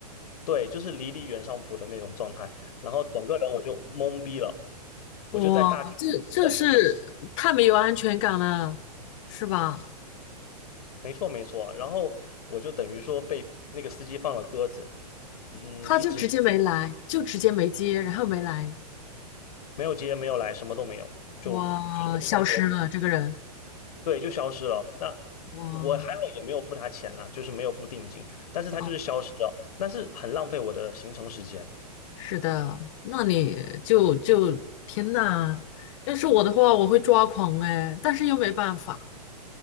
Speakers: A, on the left (about 70°); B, on the left (about 50°).
A: 对，就是离离原上谱的那种状态，然后整个人我就懵逼了，
B: 哇，
A: 我就在大厅等，
B: 这这是太没有安全感了，是吧？
A: 没错没错，然后我就等于说被那个司机放了鸽子，嗯，
B: 他就直接没来，
A: 一直
B: 就直接没接，然后没来。
A: 没有接没有来，什么都没有，就就被放鸽子，
B: 哇，呃消失了这个人，
A: 对，就消失了。那
B: 哇，
A: 我还好也没有付他钱啦，就是没有付定金，但是他就是消失了，
B: 哦，
A: 但是很浪费我的行程时间，
B: 是的，那你就就天呐，要是我的话，我会抓狂哎，但是又没办法，